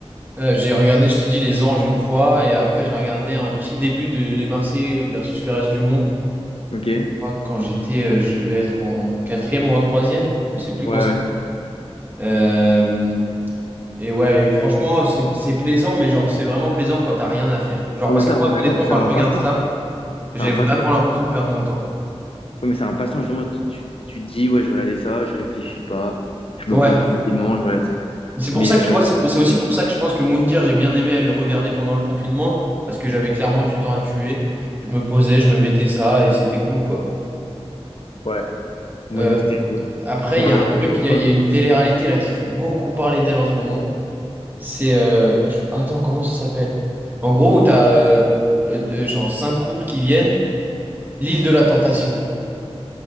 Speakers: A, on the right; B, on the left.
A: Euh, j'ai regardé, je t'ai dit, Les Anges une fois, et après j'ai regardé un petit début de Les Marseillais versus le reste du monde.
B: Ok. Ouais,
A: Je crois que quand j'étais, euh, je devais être en, en quatrième ou en troisième, je sais plus
B: ouais.
A: quand c'était. Euh, et ouais, et franchement, c'est c'est plaisant, mais genre c'est vraiment plaisant quand t'as rien à faire. Genre
B: Ouais,
A: parce
B: mais ça,
A: que moi,
B: on est d'accord,
A: honnêtement,
B: c'est
A: quand
B: un
A: je regarde
B: passe-temps.
A: ça,
B: C'est
A: j'ai
B: un
A: vraiment
B: passe-temps.
A: l'impression de perdre mon temps.
B: Ouais, mais c'est un passe-temps, justement. Tu, tu, tu te dis, ouais, je vais regarder ça, je réfléchis pas, je
A: Ouais.
B: me pose tranquillement, je regarde ça.
A: C'est pour
B: Mais
A: ça
B: euh,
A: que tu vois, c'est c'est aussi pour ça que je pense que Moundir, j'ai bien aimé le regarder pendant le confinement, parce que j'avais clairement du temps à tuer. Je me posais, je me mettais ça, et c'était cool, quoi.
B: ouais, mon
A: Euh,
B: Dieu, c'était cool.
A: après,
B: Je me
A: il
B: rappelle
A: y a un
B: pas.
A: truc,
B: je me
A: il y a, il
B: rappelle
A: y a une
B: pas.
A: télé-réalité là qui fait beaucoup parler d'elle en ce moment. C'est. euh, je- Attends, comment ça s'appelle? En gros, où t'as euh, euh, genre cinq couples qui viennent, l'île de la tentation.